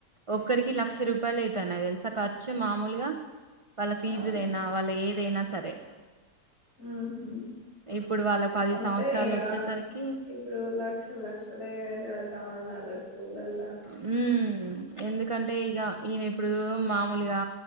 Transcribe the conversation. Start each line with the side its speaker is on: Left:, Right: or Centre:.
Right: ఒక్కరికి లక్ష రూపాయలు అవుతన్నయి తెలుసా ఖర్చు మామూలుగా వాళ్ళ ఫీజులయినా
Left: అవును
Right: వాళ్ళ ఏ దేనా సరే
Left: ఉహు
Right: ఇప్పుడు వాళ్ళ పది
Left: అంతే
Right: సంవత్సరాలు
Left: ఇక
Right: వచ్చేసరికి
Left: ఇప్పుడు లక్షలు లక్షలు కడతా ఉల స్కూల్లాల్
Right: హ్మ్ ఎందుకంటే ఇక ఈయన ఇప్పుడు మామూలుగా